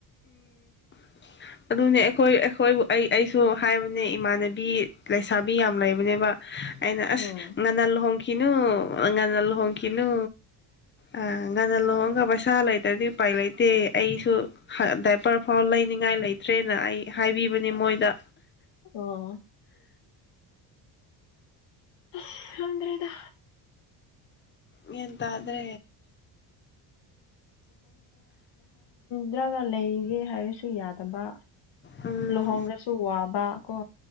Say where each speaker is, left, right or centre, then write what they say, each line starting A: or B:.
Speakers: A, on the left (about 25°); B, on the left (about 65°).
A: ꯍ ꯑꯗꯨꯅꯦ ꯑꯩꯈꯣꯏ ꯑꯩꯈꯣꯏꯕꯨ ꯑꯩ ꯑꯩꯁꯨ ꯍꯥꯏꯕꯅꯦ ꯏꯃꯥꯟꯅꯕꯤ ꯂꯩꯁꯥꯕꯤ ꯌꯥꯝ ꯂꯩꯕꯅꯦꯕ ꯑꯩꯅ ꯑꯁ
B: ꯎꯝ
A: ꯉꯟꯅ ꯂꯨꯍꯣꯡ ꯈꯤꯅꯨ ꯉꯟꯅ ꯂꯨꯍꯣꯡꯈꯤꯅꯨ ꯑ ꯉꯟꯅ ꯂꯨꯍꯣꯡꯂꯒ ꯄꯩꯁꯥ ꯂꯩ ꯇ꯭ꯔꯗꯤ ꯎꯄꯥꯏ ꯂꯩꯇꯦ ꯑꯩꯁꯨ ꯍ ꯗꯥꯏꯄꯔ ꯐꯥꯎ ꯂꯩꯅꯤꯡꯉꯥꯏ ꯂꯩꯇ꯭ꯔꯦꯅ ꯑꯩ ꯍꯥꯏꯕꯤꯕꯅꯦ ꯃꯣꯏꯗ
B: ꯑꯣ ꯑꯁ ꯈꯪꯗ꯭ꯔꯦꯗ
A: ꯒ꯭ꯌꯥꯟ ꯇꯥꯗ꯭ꯔꯦ
B: ꯗꯔꯒ ꯂꯩꯒꯦ ꯍꯥꯏꯔꯁꯨ ꯌꯥꯗꯕ
A: ꯎꯝ
B: ꯂꯨꯍꯣꯡꯔꯁꯨ ꯋꯥꯕ ꯀꯣ